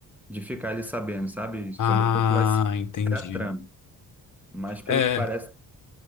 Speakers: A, in the centre; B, on the left.
A: de ficar ali sabendo, sabe? Sobre
B: Ah,
A: o que vai ser
B: entendi.
A: a trama. Mas pelo
B: É,
A: que parece,